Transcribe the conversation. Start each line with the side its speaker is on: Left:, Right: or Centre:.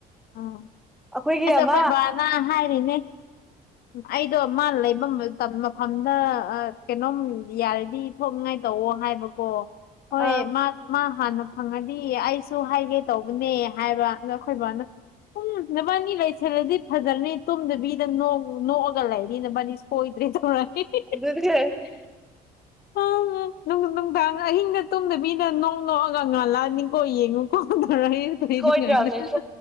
Left: ꯑꯣ
Centre: ꯑꯩꯈꯣꯏꯒꯤ
Left: ꯑꯁ
Centre: ꯑꯃ
Left: ꯑꯩꯈꯣꯏ ꯕꯕꯥꯅ ꯍꯥꯏꯔꯤꯅꯦ ꯑꯩꯗꯣ ꯃꯥ ꯂꯩꯐꯝ ꯃꯐꯝꯗ ꯀꯩꯅꯣꯝ ꯌꯥꯔꯗꯤ ꯊꯣꯛꯅꯤꯡꯉꯥꯏ ꯇꯧꯑꯣ ꯍꯥꯏꯕꯀꯣ ꯍꯣꯏ
Centre: ꯑꯥ
Left: ꯃꯥ ꯃꯥ ꯍꯥꯟꯅ ꯐꯪꯉꯗꯤ ꯑꯩꯁꯨ ꯍꯥꯏꯒꯦ ꯇꯧꯕꯅꯦ ꯍꯥꯏꯕ ꯑ ꯑꯩꯈꯣꯏ ꯕꯥꯅ ꯎꯝ ꯅꯕꯥꯅꯤ ꯂꯩꯁꯜꯂꯗꯤ ꯐꯖꯅꯤ ꯇꯨꯝꯗꯕꯤꯗ ꯅꯣꯛꯑꯒ ꯂꯩꯔꯤ ꯅꯕꯥꯅꯤ ꯍꯣꯏꯗ꯭ꯔꯦ ꯀꯦ
Centre: ꯑꯗꯨꯗꯒꯦ
Left: <unintelligible> ꯑꯪ ꯅꯨꯡꯗꯥꯡ ꯑꯍꯤꯡꯒ ꯇꯨꯝꯗꯕꯤꯗ ꯅꯣꯡ ꯅꯣꯛꯑꯒ ꯉꯥꯜꯂꯛꯑꯅꯤꯀꯣ ꯌꯦꯡꯉꯣ <unintelligible>
Centre: ꯁꯣꯏꯗ꯭ꯔꯕꯅꯦ
Left: <unintelligible>